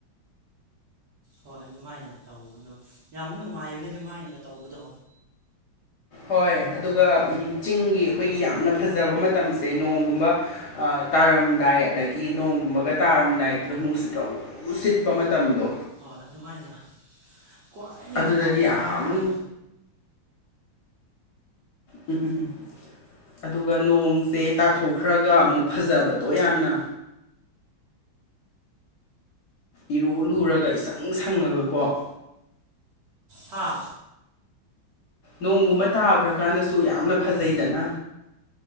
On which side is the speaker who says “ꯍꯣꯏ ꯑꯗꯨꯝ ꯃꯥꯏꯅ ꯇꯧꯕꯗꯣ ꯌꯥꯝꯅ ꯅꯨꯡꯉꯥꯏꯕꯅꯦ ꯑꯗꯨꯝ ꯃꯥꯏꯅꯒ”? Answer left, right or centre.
Right